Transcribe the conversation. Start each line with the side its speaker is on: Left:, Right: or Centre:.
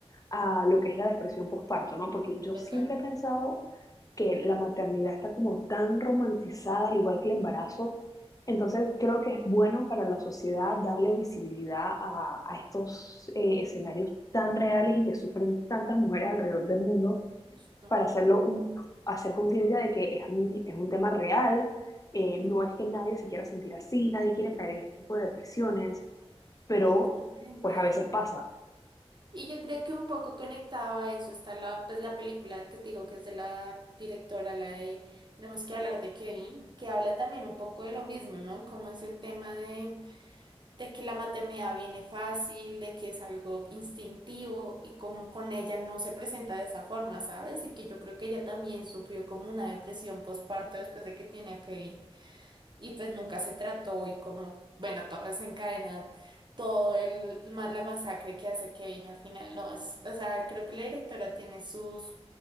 Left: a lo que es la depresión postparto, ¿no? Porque yo
Right: Total.
Left: siempre he pensado que la maternidad está como tan romantizada, al igual que el
Right: Ujú.
Left: embarazo, entonces creo que es bueno para la sociedad darle visibilidad a, a estos eh, escenarios tan reales y que sufren tantas mujeres alrededor del mundo
Right: Justo.
Left: para hacerlo un, hacer conciencia de que es un, es un tema real, eh, no
Right: Mm,
Left: es que nadie se quiera sentir así, nadie quiere caer en este tipo de depresiones, pero
Right: Totalmente.
Left: pues a veces pasa.
Right: Y yo creo que un poco conectado a eso está la, pues, la película que te digo que es de la directora, la de Tenemos que hablar de Kevin, que habla también un poco de lo mismo, ¿no? Como es el tema de, de que la maternidad viene fácil, de que es algo instintivo y como con ella no se presenta de esa forma, ¿sabes? Y que yo creo que ella también sufrió como una depresión postparto después de que tiene a Kevin y pues nunca se trató y como, bueno, todo desencadena, todo el, ma- la masacre que hace Kevin al final, no, es, o sea, creo que la directora tiene sus,